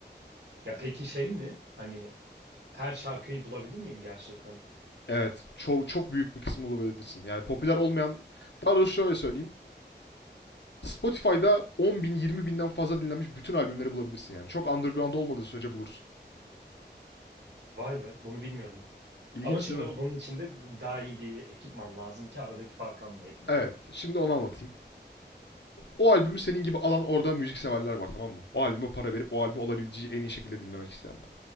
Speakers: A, on the right; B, on the left.
A: ya peki şey mi? Hani her şarkıyı bulabilir miyim gerçekten?
B: Evet. Çok, çok büyük bir kısmını olabilirsin. Yani popüler olmayan... Daha doğrusu şöyle söyleyeyim. Spotify'da 10 bin, 20 binden fazla dinlenmiş bütün albümleri bulabilirsin yani. Çok underground olmadığı sürece bulursun.
A: Vay be, bunu bilmiyordum.
B: İlginç
A: Ama şimdi
B: değil mi?
A: bunun için de daha iyi bir ekipman lazım ki aradaki farkı anlayabilelim.
B: Evet. Şimdi onu anlatayım. O albümü senin gibi alan orada müzik severler var tamam mı? O albüme para verip o albümü olabileceği en iyi şekilde dinlemek isteyenler.